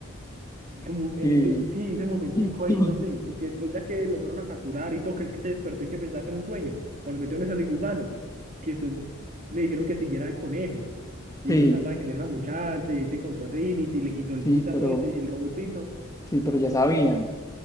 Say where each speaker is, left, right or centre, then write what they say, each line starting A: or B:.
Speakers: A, on the right; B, on the left.
A: como en
B: Y,
A: ese, sí, ese momentico
B: <clears throat>
A: ahí, no sé, porque después ya que lo fueron a capturar y todo, que él se despertó y que pensaba que era un sueño, cuando le metieron ese al gusano, que después le dijeron que siguiera al conejo, y
B: sí,
A: ya no trataba de que tenía una muchacha, y ahí se encontró a Trinity, y le quitó el
B: sí,
A: gusano
B: pero,
A: ese, el robotito,
B: sí, pero ya sabían.